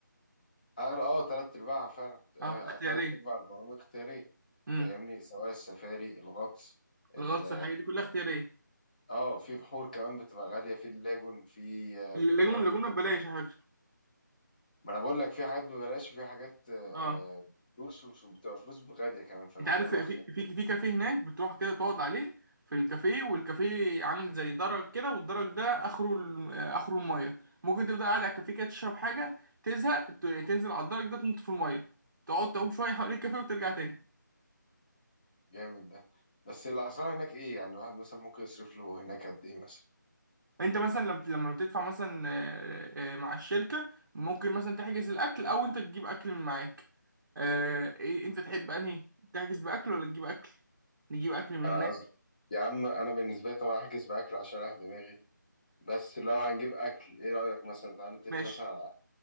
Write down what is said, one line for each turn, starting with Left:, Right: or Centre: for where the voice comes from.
Left: اغلى اه تلات ارباعها فعلا آه،
Right: اه اختياريه
Left: تلات ارباع البرامج اختياريه
Right: امم
Left: فاهمني سواء السفاري الغطس
Right: الغطس
Left: ال
Right: الحاجه دي كلها اختياريه
Left: اه في بحور كمان بتبقى غاليه في اللاجون في آه،
Right: اللاجون
Left: بلو مارين
Right: اللاجونه
Left: تقريبا
Right: ببلاش على فكره
Left: ما انا بقول لك في حاجات ببلاش وفي حاجات آه،
Right: اه
Left: آه، فلوس وبتبقى فلوس غاليه كمان فبيخلوها
Right: انت عارف في في في كافيه هناك بتروح كده تقعد عليه في الكافيه والكافيه عامل زي درج كده والدرج ده اخره ال- آه، اخره الميه ممكن تفضل قاعد على الكافيه كده تشرب حاجه تزهق ت- تنزل على الدرج ده تنط في الميه تقعد تعوم شويه حوالين الكافيه وترجع تاني
Left: جامد ده بس الاسعار هناك ايه يعني الواحد مثلا ممكن يصرف له هناك قد ايه مثلا
Right: انت مثلا لم- لما بتدفع مثلا آه، آه، مع الشركة ممكن مثلا تحجز الأكل أو انت تجيب أكل من معاك آه، إيه- انت تحب أنهي تحجز بأكل ولا تجيب أكل نجيب أكل من
Left: انا
Right: هناك
Left: قصدي يا عم انا بالنسبه لي طبعا هحجز باكل عشان اريح دماغي بس لو هنجيب اكل ايه رايك مثلا تعالى نتفق
Right: ماشي
Left: مثلا على